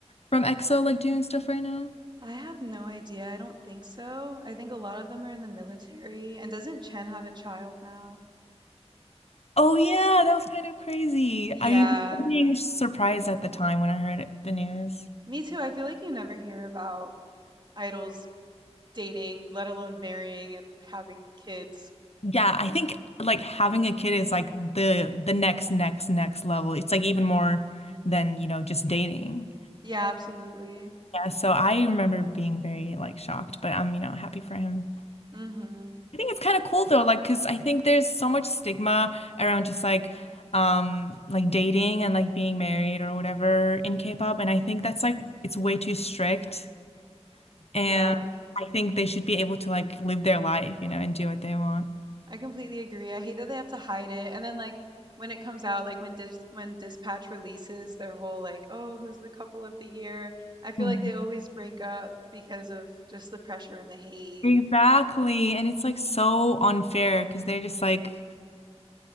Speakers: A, on the left; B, on the right.
A: from EXO like doing stuff right now?
B: I have no idea. I don't think so. I think a lot of them are in the military. And doesn't Chen have a child now?
A: Oh yeah, that was kind of crazy.
B: Yeah,
A: I'm being surprised at the time when I heard the news.
B: me too. I feel like you never hear about idols dating, let alone marrying and having kids.
A: Yeah, I think like having a kid is like the the next next next level. It's like even more than, you know, just dating.
B: Yeah, absolutely.
A: Yeah, so I remember being very like shocked, but I'm, you know, happy for him.
B: hmm
A: I think it's kind of cool though, like because I think there's so much stigma around just like um like dating and like being married or whatever in K-pop, and I think that's like it's way too strict. And
B: Yeah,
A: I think they should be able to like live their life, you know, and do what they want.
B: I completely agree. I hate that they have to hide it. And then like when it comes out, like when Dis when Dispatch releases their whole like, oh, who's the couple of the year? I feel
A: Mhm.
B: like they always break up because of just the pressure and the hate.
A: Exactly. And it's like so unfair because they're just like